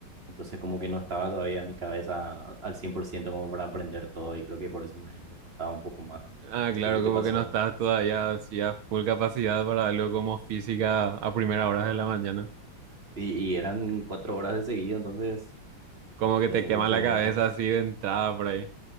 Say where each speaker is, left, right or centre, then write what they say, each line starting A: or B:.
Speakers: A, on the right; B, on the right.
A: Entonces como que no estaba todavía en mi cabeza al 100% como para aprender todo y creo que por eso me, me costaba un poco más.
B: Ah,
A: No
B: claro,
A: sé si te
B: como
A: pasó.
B: que no estás todavía así a full capacidad para algo como física a primera hora de la mañana.
A: Y, y eran cuatro horas de seguido, entonces
B: Como que
A: eh,
B: te
A: mucho,
B: quema la
A: mucho.
B: cabeza así de entrada por ahí.